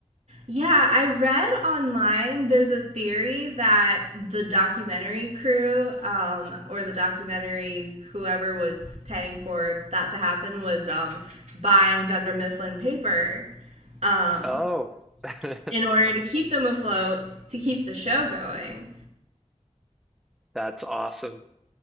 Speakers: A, on the right; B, in the centre.
A: Yeah, I read online there's a theory that the documentary crew um, or the documentary whoever was paying for that to happen was um, buying Dunder Mifflin paper um,
B: Oh, <laughs>
A: in order to keep them afloat to keep the show going.
B: that's awesome.